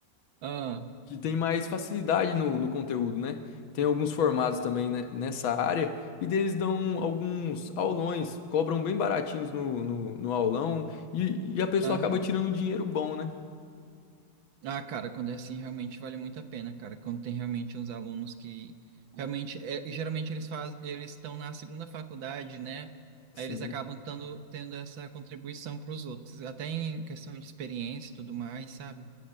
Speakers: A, on the right (about 75°); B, on the left (about 80°).
A: Ah,
B: que tem mais facilidade no, no conteúdo, né? Tem alguns formados também né, nessa área e deles dão alguns aulões, cobram bem baratinhos no, no, no aulão e, e a pessoa
A: aham.
B: acaba tirando um dinheiro bom, né?
A: Ah, cara, quando é assim, realmente vale muito a pena, cara. Quando tem realmente uns alunos que realmente, é, geralmente eles faz, eles estão na segunda faculdade, né?
B: Sim.
A: Aí eles acabam tando, tendo essa contribuição para os outros, até em questão de experiência e tudo mais, sabe?